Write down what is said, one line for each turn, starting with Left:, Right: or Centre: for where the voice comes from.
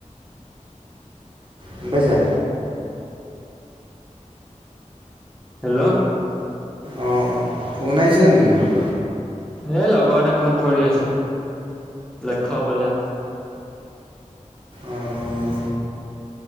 Right: গ'ম পাইছা।
Centre: হেল্ল'
Right: অ' ফোন আহছিলে নেকি তোমাৰ
Centre: এই লগৰতে ফোন কৰি আছে, লক্ষ্য বোলা।
Right: আহ